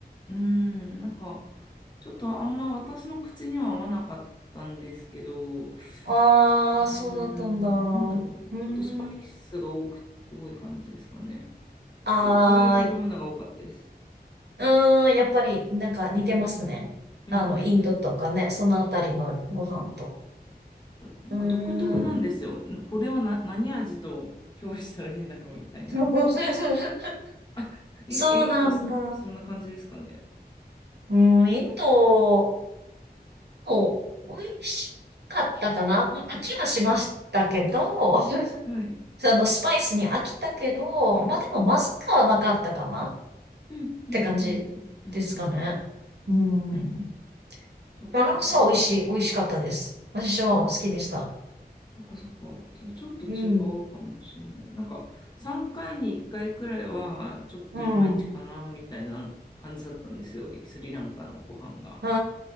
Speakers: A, on the left; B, on the right.
A: うん、なんか、ちょっとあんま私の口には合わなかったんですけど、
B: ああー、
A: うん、
B: そうだったんだ。うーん。
A: なんだろう。ちょっとスパイスが多く、多い感じですかね。
B: あーい、
A: 結構辛い食べ物が多かったです。
B: うーん、やっぱりなんか似てますね。
A: うん、うん、
B: あの、
A: うん、
B: インドとかね、そのあたりのご飯と。
A: うん。なんか独特なんですよ。
B: うーん。
A: これはな、何味と評したらいいんだろうみたいな。
B: <laughs>
A: あ、イン、
B: そうなんだ。
A: え、インド、そんな感じですかね。
B: うん、インドも美味しかったかな。うん飽きはしましたけど、<laughs> そ
A: はい。
B: のスパイスに飽きたけど、まあでもまずくはなかったかな
A: うんうんうんうんうんうん
B: って感じですかね。うん。
A: うんうんそっか。
B: バランスは美味しい、美味しかったです。私は好きでした。
A: あ、そっかそっか。じゃあちょっと違うかもしれない。
B: うん。
A: なんか3回に1回くらいはちょっといまいちかなみたいな感じだったんですよ。
B: うん。
A: スリランカのご飯が。
B: へ